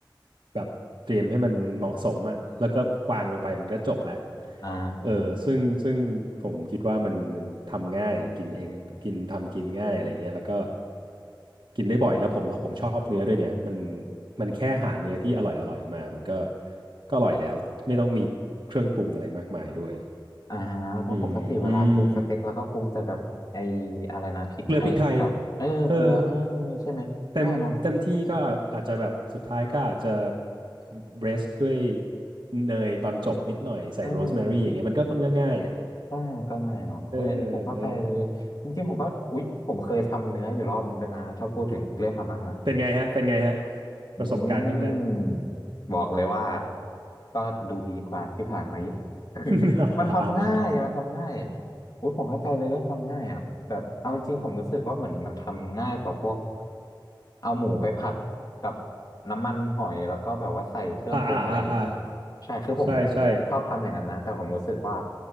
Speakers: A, on the right; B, on the left.
A: แบบเตรียมให้มันเหมาะสมอะแล้วก็วางลงไปมันก็จบแล้ว
B: อ่า
A: เออซึ่งซึ่งผมคิดว่ามันมันทำง่ายกินเองกินทำกินง่ายอะไรเงี้ยแล้วก็กินได้บ่อยแล้วผมพอผมชอบเนื้อด้วยเนี่ยมันมันแค่หาเนื้อที่อร่อยอร่อยมามันก็ก็อร่อยแล้วไม่ต้องมีเครื่องปรุงอะไรมากมายด้วย
B: อ่าเพราะปกติเวลาปรุงสเต็กแล้วก็ปรุงแต่แบบไอ้
A: อืมอืม
B: อะไรนะพริกไทยกับเออเกลือเออ
A: เกลือพริกไทยเออ
B: ใช่ไหมง่ายเนาะ
A: เต็มเต็มที่ก็อาอาจจะแบบสุดท้ายก็อาจจะเบรสด้วยเนยตอนจบนิดหน่อยใส่โรสแมรี่อย่างเงี้ยมันก็มันก็ง่ายอ่ะ
B: อืมใช่มันก็ง่ายเนาะเอ้ยอันนี้ผมเข้าใจเลยจริงๆผมก็อุ๊ยผมเคยทำเนื้ออยู่รอบหนึ่งด้วยนะถ้าพูดถึงเรื่องทำอาหาร
A: เออเออ เป็นไงฮะ เป็นไงฮะ
B: อืม
A: ประสบการณ์ครั้งนั้น
B: บอกเลยว่าก็ดูดีกว่าที่ผ่านมาเยอะ <laughs>
A: <laughs>
B: มันทำง่ายมันทำง่ายโอ้ยผมเข้าใจเลยเรื่องทำง่ายอ่ะแบบเอาจริงๆผมรู้สึกว่าเหมือนมันทำง่ายกว่าพวกเอาหมูไปผัดกับน้ำมันหอยแล้วก็แบบว่าใส่เครื่องปรุงอะไรอย่างนี้
A: อ่าอ่าอ่าอ่า
B: ใช่คือผม
A: ใช่ใช่
B: ชอบทำอย่างนั้นนะแต่ผมรู้สึกว่า